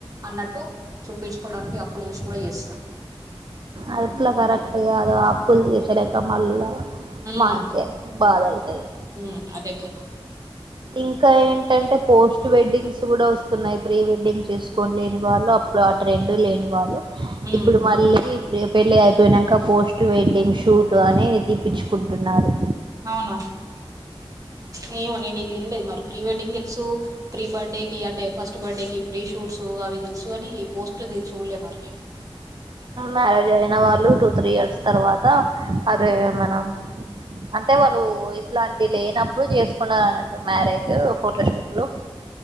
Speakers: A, on the right (about 35°); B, on the right (about 50°).
A: అన్నట్టు చూపించుకోవడానికి అప్పులు చేసి కూడ చేస్తారు
B: అట్లా కరెక్ట్గా కాదు ఆప్పుల్ తీర్చలేక మల్లా
A: ఉమ్
B: మనకే బాధ అయితది
A: ఉమ్ అదే కదా
B: ఇంకా ఏంటంటే పోస్ట్ వెడ్డింగ్స్ కూడా వస్తున్నాయి ప్రీ వెడ్డింగ్ చేసుకోని లేని వాళ్ళు ఇప్పుడు ఆ ట్రెండు లేని వాళ్ళు
A: ఉమ్
B: ఇప్పుడు మళ్ళీ పెళ్ళి అయిపోయినాక పోస్ట్ వెడ్డింగ్ షూట్ అని తీప్పించుకుంటున్నారు
A: అవునా నవు నేను ఇది ఎం లే ఇది మరి ప్రీ వెడ్డింగ్ తెెలుసు ప్రీ బర్త్డే కి అంటే ఫస్ట్ బర్త్డేకి ప్రీ షూట్స్ అవి తెలుసు అని ఈ పోస్ట్ది చూడలే మరి నే
B: మ్యారేజ్ అయిన వాళ్ళు టూ త్రీ ఇయర్స్ తర్వాత అదే మన అంటే వాళ్ళు ఇట్లాంటి లేనప్పుడు చేసుకున్నారు అన్నట్టు మ్యారేజ్ ఫోటోషూట్లు